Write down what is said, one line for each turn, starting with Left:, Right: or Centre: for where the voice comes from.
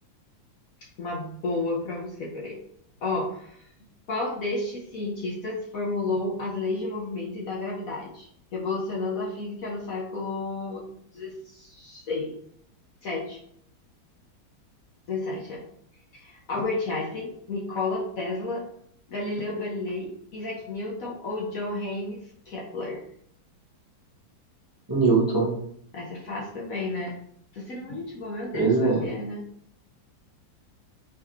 Left: Uma boa pra você, peraí. Ó, qual destes cientistas formulou as leis de movimento e da gravidade, revolucionando a física no século XVI? sete, 17, Albert Einstein, Nikola Tesla, Galileu Galilei, Isaac Newton ou Johannes Kepler?
Right: Newton.
Left: Essa é fácil também, né? Tô sendo muito gente boa, meu Deus,
Right: Pois
Left: por
Right: é.
Left: quê, né?